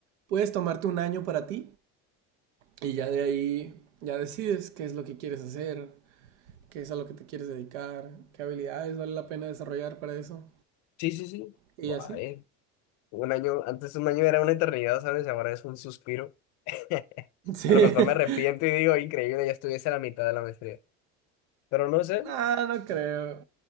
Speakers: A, on the right; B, on the left.
A: puedes tomarte un año para ti y ya de ahí ya decides qué es lo que quieres hacer, qué es a lo que te quieres dedicar, qué habilidades vale la pena desarrollar para eso
B: Sí, sí, sí.
A: y
B: Guay.
A: así.
B: Un año, antes un año era una eternidad, ¿sabes? Ahora es un suspiro. <laughs>
A: Sí.
B: A
A: <laughs>
B: lo mejor me arrepiento y digo, increíble, ya estuviese a la mitad de la maestría. Pero no sé,
A: No, no creo.